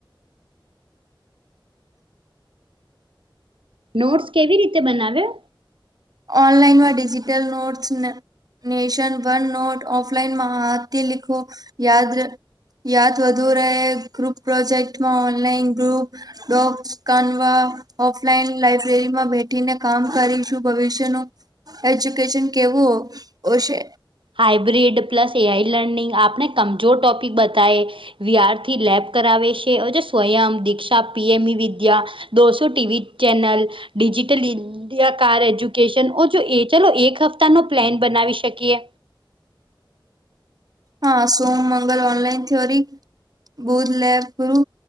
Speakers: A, on the right; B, on the right.
A: નોટસ કેવી રીતે બનાવે
B: ઓનલાઈનમાં ડિજીિટલ નોટસને નેશન વન નોટ ઓફલાઈનમાં હાથ લિખો યાદર યાદ વધુ રહે ગ્રુપ પ્રોજેક્ટમાં ઓનલાઈન ગ્રુપ ડોગ્સ કનવા ઓફલાઈન લાઈબ્રેરીમાં બેઠીને કામ કરીશું. ભવિષ્યનું એજ્યુકેશન કેવું ઓશે
A: hybrid plus A. I. Learning આપને કમજોર ટોપિક બતાય વિધાર્થી લેબ કરાવે છે સ્વયં દીક્ષા પી. એમ. મી. વિદ્યા દોસો ટીવી ચેનલ ડિજિટલ કાર એજ્યુકેશન ઓ જો એ ચલો એક હપ્તાનો પ્લેન બનાવી શકીએ.
B: હા સોમ મંગલ ઓનલાઇન થીયોરી બુધ લેબ ગુરુ